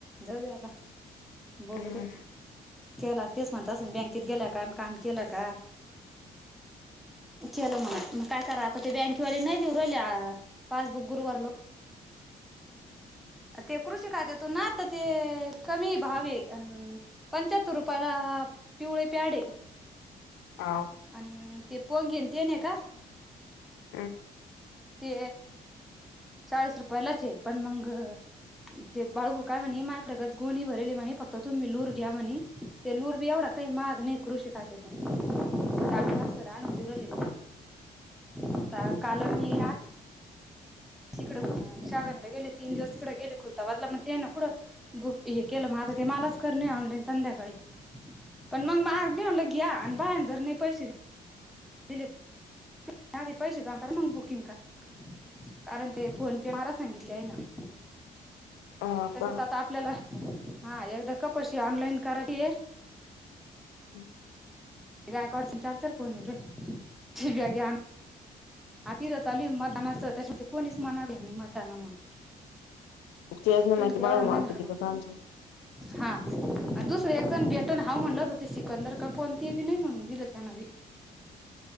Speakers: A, in the centre; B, on the left (about 70°).
A: जाऊ द आता बोलू
B: हम्म
A: द्या. केला तेच म्हणत असं बँकेत गेल्या का आणि काम केलं का? केल म्हणा मग काय करा आता ते बँकेवाले नाही देऊरले पासबुक गुरुवररलो. ते कृषीखात्यातु ना तर ते कमी भावे आहे. अ पंचाहत्तर रुपयाला पिवळे प्याड आहे.
B: हाव.
A: अ ते पो घेनंत ये न का?
B: हम.
A: ते चाळीस रुपयालाच आहे पण मग ते बाळबू काय म्हणे मायकच गोणी भरली म्हणे फक्त तुम्ही लूर घ्या म्हणे ते लूर एवढा काही माग नाही कृषी खात्या तून सर नजुरले आता काल मी तिकडे कङ शागनला गेले तीन दिवस तिकडडे गेले खुलता बदला मग ते ना कुडं बुक हे केलं मग आता ते मलाच करणे ऑनलाईन संध्याकाळी पण मग माग भेवलं घ्या आणि बा जर नाही पैसे दिले.. त आधी पैसे सांगा, मग बुकिंग करा. कारण ते फोन पे मारा सांगितले आहे ना.
B: हा
A: तसात
B: का
A: आता आपल्याला.. हा एकदा कपशी ऑनलाईन करायची आहे.
B: हम्..
A: गायकवाडशी चार चार फोन हायत व़हय.. तिज्या ज्ञान.. आ तिथ चालू मतदानाचं त्याच्या ते कोणीच म्हणाव आहे मतदानामुळे
B: तेज मा
A: त्या ते एवढा
B: बाळ
A: महिना
B: किती का काम चालू
A: हा.. आणि दुसरं एक जण भेटण हा म्हणलं हो ते सिकंदर काकू आणि ते बी नाही म्हणून दिल त्यान बी
B: ह..